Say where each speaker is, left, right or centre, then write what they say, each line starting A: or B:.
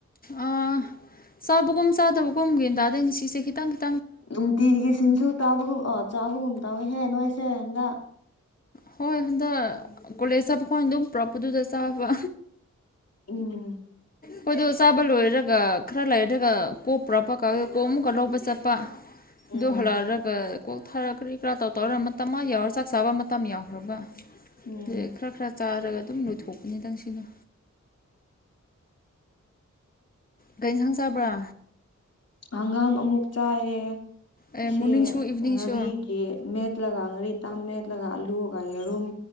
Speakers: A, on the left; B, on the left.
A: ꯑ ꯁꯕ ꯍꯒꯨꯝ ꯁꯥꯗ ꯍꯒꯨꯝꯒꯦꯗꯥꯗꯒꯦ ꯆꯤꯁꯦ ꯈꯈꯤꯇꯪꯈꯤ
B: ꯅꯨꯡꯇꯤꯒꯤ ꯁꯤꯡꯖꯨ ꯇꯥꯕꯒꯨꯝ ꯑꯣ ꯆꯥꯕꯒꯨꯝ ꯇꯥꯋꯦ ꯍꯦ ꯅꯣꯏꯁꯦ ꯍꯟꯗꯛ
A: ꯍꯣꯏ ꯍꯟꯗꯛ ꯀꯣꯂꯦꯖ ꯆꯄ ꯈ ꯑꯗꯨꯝ ꯄꯨꯔꯛꯄꯗꯨꯗ ꯆꯥꯕ
B: ꯎꯝ
A: ꯍꯣꯏꯗꯣ ꯆꯥꯕ ꯂꯣꯏꯔꯒ ꯈꯔ ꯂꯩꯔꯦꯔꯒ ꯀꯣꯛ ꯄꯨꯔꯥ ꯄꯀ ꯀꯣꯛ ꯑꯃꯨꯛꯀ ꯂꯧꯕ ꯆꯠꯄ
B: ꯎꯝ
A: ꯗꯣ ꯍꯂꯔꯒꯣ ꯊꯥꯔꯛꯈ꯭ꯔꯤ ꯀꯔꯥ ꯇꯧ ꯇꯧꯔ ꯃꯇꯝ ꯑꯃ ꯌꯥꯎꯔ ꯆꯥꯛ ꯆꯥꯕ ꯃꯇꯝ ꯌꯥꯎꯈ꯭ꯔꯕ
B: ꯎꯝ
A: ꯑ ꯈꯔ ꯈꯔ ꯆꯥꯔꯒ ꯑꯗꯨꯝ ꯂꯣꯏꯊꯣꯛꯄꯅꯤꯗꯪ ꯁꯤꯅ ꯒꯩ ꯏꯟꯁꯥꯡ ꯆꯥꯕ꯭ꯔꯥ
B: ꯍꯪꯒꯥꯝ ꯑꯃꯨꯛ ꯆꯥꯏꯌꯦ ꯉꯁꯤ
A: ꯑꯦ ꯃꯣꯔꯅꯤꯡꯁꯨ ꯏꯚꯤꯅꯤꯡꯁꯨ
B: ꯉꯥꯔꯤꯒꯤ ꯃꯦꯠ ꯂꯒ ꯉꯔꯤ ꯇꯪ ꯃꯦꯠꯂꯒ ꯑꯂꯨꯒ ꯌꯦꯔꯨꯝ